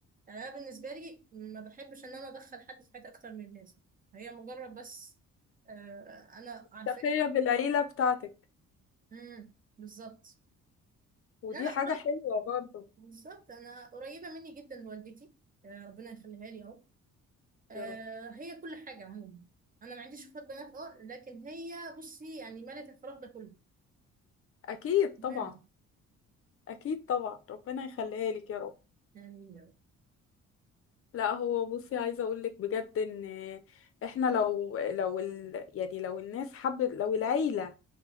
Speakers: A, on the right (about 30°); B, on the left (about 50°).
A: يعني أنا بالنسبة لي ما بحبش إن أنا أدخل حد في حياتي أكتر من لازم هي مجرد بس آه، أنا عارفاك
B: تفرية بالعيلة بتاعتك
A: امم بالظبط
B: ودي
A: لا لا
B: حاجة حلوة برضو
A: بالظبط انا قريبه مني جدا والدتي آه، ربنا يخليها لي يا رب آه،
B: يا رب
A: هي كل حاجه عموما انا ما عنديش اخوات بنات اه لكن هي بصي يعني مالت الفراغ ده كله
B: اكيد طبعا
A: امين
B: اكيد طبعا ربنا يخليها لك يا رب
A: آمين يا رب
B: لا هو بصي عايزة اقولك بجد ان احنا لو لو ال... يعني لو الناس حبت لو العيلة